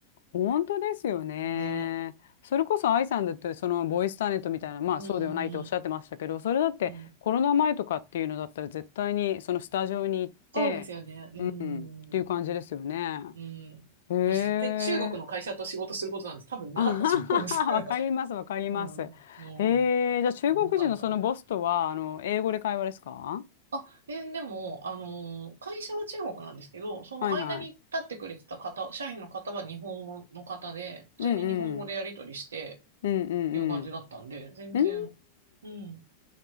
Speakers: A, on the left; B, on the right.
A: 本当ですよね。
B: ね。
A: それこそ愛さんだって、そのボイスターネットみたいな、まあそうではないっておっしゃってましたけど、
B: うん、
A: それだってコロナ前とかっていうのだったら絶対にそのスタジオに行って
B: うん。そうですよね。うん、
A: っていう感じですよね。
B: うん。
A: へえ。
B: <laughs> 絶対中国の会社と仕事することなんて多分なかったと思うんですけど。
A: <laughs> あはははわかります、わかります。
B: うん、も
A: へえ、じゃあ中国人のそのボスとは、
B: う、よかった。
A: あの、英語で会話ですか
B: あ、え、でも、あのー会社は中国なんですけど、その間に立ってくれてた方、
A: はいはい。
B: 社員の方は日本語の方で、普通に日本語でやり取りして
A: うんうん。うんうんうん。
B: っていう感じだったんで、全然、
A: うん。
B: うん、